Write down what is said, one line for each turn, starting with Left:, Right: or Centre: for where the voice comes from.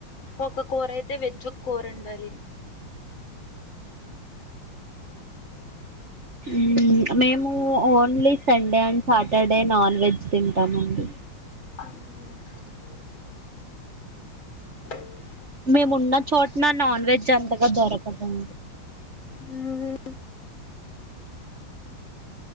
Left: ఒక కూరైతే వెజ్ ఒక కూర ఎందాలి
Right: మ్మ్ మేము only Sunday and Saturday non veg తింటామండి
Left: మ్మ్
Right: మేమున్న చోట్న నాన్ వెజ్ అంతగా దొరకదండి
Left: మ్మ్